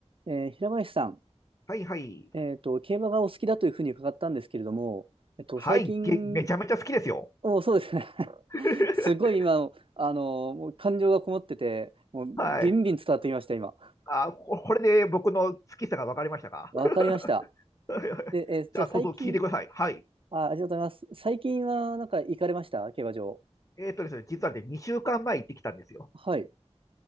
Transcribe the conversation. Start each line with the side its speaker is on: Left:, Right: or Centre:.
Right: えー平林さん、
Left: はいはい。
Right: えっと、競馬がお好きだというふうに伺ったんですけれども、えっと、
Left: はい、
Right: 最近、
Left: げ、めちゃめちゃ好きですよ。
Right: お、そうですね。<laughs>
Left: <laughs>
Right: すごい今、あの、もう感情がこもってて、もうビンビン伝わってきました、
Left: はい。
Right: 今。
Left: あ、ここれで僕の好きさが分かりましたか
Right: わかりました。
Left: <laughs> じゃあ、
Right: で、えーじゃあ最近、
Left: どうぞ聞いてください。はい。
Right: あ、ありがとうございます。最近はなんか行かれました競馬場。
Left: えーとですね、実はね、2週間前行ってきたんですよ。
Right: はい。